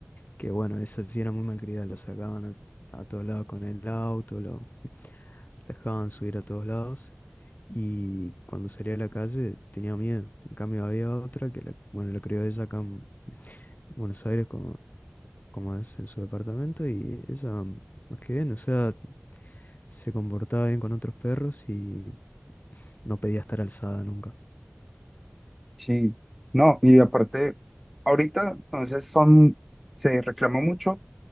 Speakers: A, on the left (about 40°); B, in the centre.
A: Que bueno, eso sí era muy malcriada, lo sacaban a, a todos lados con el auto, lo dejaban subir a todos lados. Y cuando salía a la calle tenía miedo. En cambio había otra que, la, bueno, la crió ella acá en Buenos Aires como, como es en su departamento y ella, más que bien, o sea, se comportaba bien con otros perros y no pedía estar alzada nunca.
B: Sí, no, y aparte, ahorita entonces son, se reclama mucho